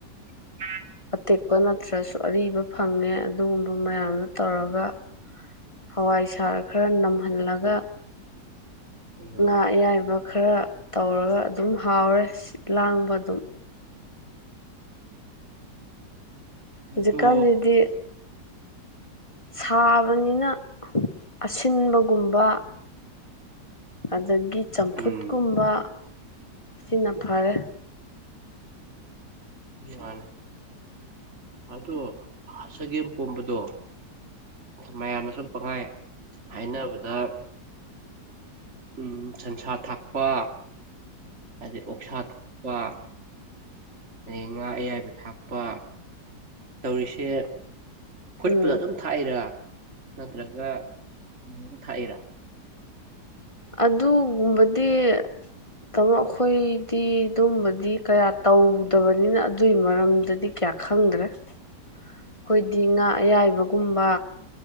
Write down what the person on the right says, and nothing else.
<inaudible>
ꯎꯝ
ꯑꯗꯣ
ꯎꯝ
ꯃꯥꯅꯤ ꯑꯗꯣ ꯆꯒꯦꯝ ꯄꯣꯝꯕꯗꯣ ꯃꯌꯥꯝꯅ ꯁꯨꯝ ꯄꯪꯉꯥꯏ ꯍꯥꯏꯅꯕꯗ ꯎ ꯁꯟꯁꯥ ꯊꯥꯛꯄ ꯑꯗꯩ ꯑꯣꯛꯁꯥ ꯊꯥꯛꯄ ꯑꯗꯒꯤ ꯉꯥ ꯑꯌꯥꯏꯕ ꯊꯥꯛꯄ ꯇꯧꯔꯤꯁꯦ ꯐꯨꯠꯄꯗ
ꯑꯗꯨꯝ ꯊꯥꯛꯏꯔꯥ ꯅꯠꯇ꯭ꯔꯒ ꯑꯗꯨꯝ ꯊꯥꯛꯏꯔꯥ